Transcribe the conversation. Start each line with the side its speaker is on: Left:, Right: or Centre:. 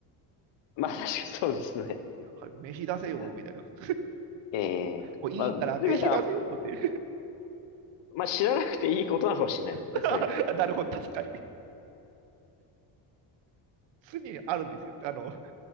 Left: <laughs> まあ確かにそうですね。
Right: はい、飯出せよ、
Left: な
Right: みたいな。<laughs>
Left: ええ。
Right: こういいから、
Left: まあ、という意味では、
Right: 飯出せよって。
Left: まあ知らなくていいことなのかもしれないですね、
Right: <laughs>
Left: そういう意味では。
Right: なるほど、確かに。常にあるんですよ。あの、